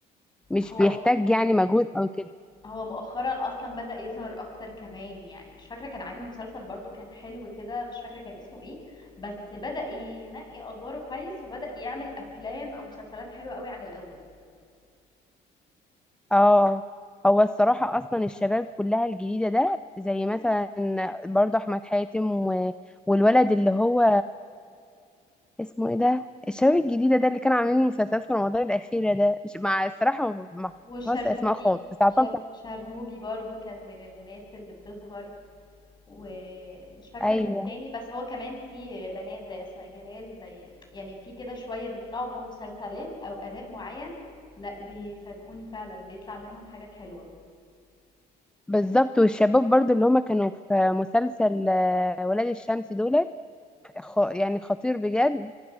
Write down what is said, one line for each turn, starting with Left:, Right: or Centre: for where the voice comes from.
Centre: مش
Left: هو
Centre: بيحتاج يعني مجهود او كده
Left: هو مؤخرًا أصلًا بدأ يظهر أكتر كمان، يعني مش فاكرة كان عامل مسلسل برضه كان حلو كده، مش فاكرة كان اسمه إيه، بس بدأ ينقي أدواره كويس، فبدأ يعمل أفلام أو مسلسلات حلوة أوي عن الأول،
Centre: اه هو الصراحه اصلا الشباب كلها الجديده ده زي مثلا برضه احمد حاتم و... والولد اللي هو اسمه ايه ده الشباب الجديده ده اللي كانوا عاملين مسلسلات في رمضان الاخيره ده مش مع الصراحه ما
Left: وشرنوبي
Centre: بحفظش اسماء خالص بس عارفاهم
Left: شر
Centre: شكلاً.
Left: شرنوبي برضه كان من الناس اللي بتظهر، ومش فاكرة
Centre: ايوه
Left: مين تاني، بس هو كمان في بنات زي أسماء جلال، زي يعني في كده شوية بيطلعوا بمسلسلات أو أداء معين، لأ بيفاجئوني فعلًا، بيطلع منهم حاجات حلوة،
Centre: بالظبط والشباب برضو اللي هما كانوا في مسلسل آه، ولاد الشمس دول خ... يعني خطير بجد